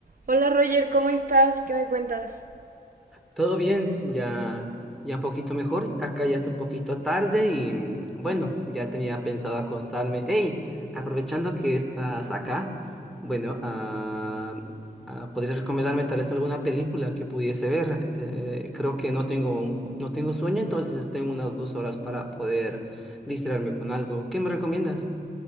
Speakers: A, on the right; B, in the centre.
A: Hola Roger, ¿cómo estás? ¿Qué me cuentas?
B: Todo bien, ya, ya un poquito mejor. Acá ya es un poquito tarde y mm, bueno, ya tenía pensado acostarme. Hey, aprovechando que estás acá, bueno, ah, ah, ¿podrías recomendarme tal vez alguna película que pudiese ver? Eh, creo que no tengo, un- no tengo sueño, entonces tengo unas dos horas para poder distraerme con algo. ¿Qué me recomiendas?